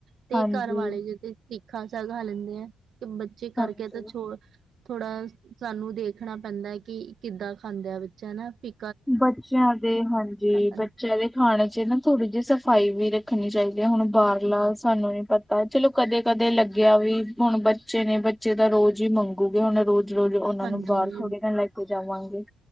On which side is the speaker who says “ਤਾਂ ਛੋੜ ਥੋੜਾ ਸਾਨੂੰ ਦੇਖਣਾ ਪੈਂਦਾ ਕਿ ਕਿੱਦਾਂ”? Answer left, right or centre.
Right